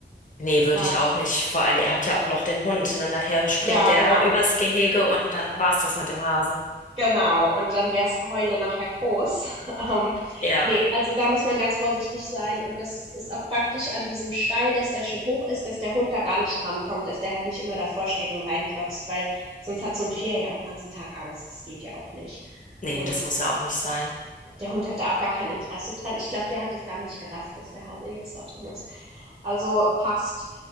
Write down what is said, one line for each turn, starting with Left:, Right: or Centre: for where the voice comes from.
Left: Nee, würde
Right: Ähm,
Left: ich auch nicht. Vor allem, ihr habt ja auch noch den Hund, ne? Nachher springt
Right: ja,
Left: der
Right: genau.
Left: übers Gehege und dann war's das mit dem Hasen.
Right: Genau, und dann wär's Geheule nachher groß. <laughs> Ähm,
Left: Ja,
Right: ne, also da muss man ganz vorsichtig sein und das ist auch praktisch an diesem Stall, dass der schön hoch ist, dass der Hund da gar nicht dran kommt, dass der halt nicht immer davor steht und reinklotzt, weil sonst hat so ein Vierer ja auch 'n ganzen Tag Angst. Das geht ja auch nicht.
Left: nee,
Right: Und
Left: das muss ja auch nicht sein.
Right: der Hund hatte auch gar kein Interesse dran. Ich glaube, der hat es gar nicht gerafft, dass der Hase jetzt da drin ist. Also passt.